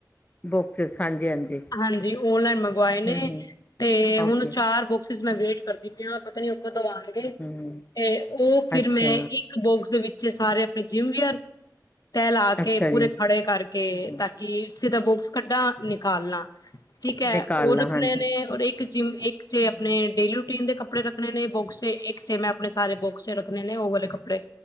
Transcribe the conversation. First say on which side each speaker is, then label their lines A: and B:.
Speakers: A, on the left (about 25°); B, on the left (about 60°).
A: ਬੋਕਸਿਸ, ਹਾਂਜੀ- ਹਾਂਜੀ।
B: ਹਾਂਜੀ, ਓਨਲਾਈਨ ਮੰਗਵਾਏ ਨੇ,
A: ਹੂੰ ਹੂੰ
B: ਤੇ ਹੁਣ
A: ਓਕੇ
B: ਚਾਰ, ਬੁਕਸਿਸ ਮੈਂ ਵੇਟ ਕਰਦੀ ਪਣੀ। ਪਤਾ ਨੀ। ਕਦੋਂ ਆਉਣਗੇ। ਤੇ
A: ਹੂੰ
B: ਉਹ, ਫੇਰ
A: ਅੱਛਾ
B: ਮੈਂ ਇੱਕ। ਬੋਕਸ ਦੇ ਵਿੱਚ। ਸਾਰੇ ਆਪਣੇ ਜਿਮ ਵੀਅਰ, ਤੈ ਲਾ ਆ ਕੇ,
A: ਅੱਛਾ
B: ਪੂਰੇ
A: ਜੀ
B: ਖੜੇ ਕਰਕੇ।
A: ਹੂੰ ਹੂੰ
B: ਤ- ਜੇਸ ਦਾ ਬੁਕਸ ਕੱਢਾਂ, ਨਿਕਾਲਣਾ, ਠੀਕ ਹੈ,
A: ਨਿਕਾਲਣਾ
B: ਉਹ ਰੱਖਣੇ
A: ਹਾਂਜੀ
B: ਨੇ, ਔਰ ਇੱਕ। ਜਿਮ, ਇੱਕ
A: ਹੂੰ
B: ਚ ਆਪਣੇ ਡੇਲੀ ਰੂਟੀਨ, ਦੇ ਕੱਪੜੇ ਰੱਖਣੇ ਨੇ, ਬੁਕਸ ਚ। ਇਕ ਚੇ, ਮੈਂ ਆਪਣੇ ਸਾਰੇ, ਬੁ- ਕਸ ਚ ਰੱਖਣੇ ਨੇ ਉਹ ਵਾਲੇ ਕੱਪੜੇ,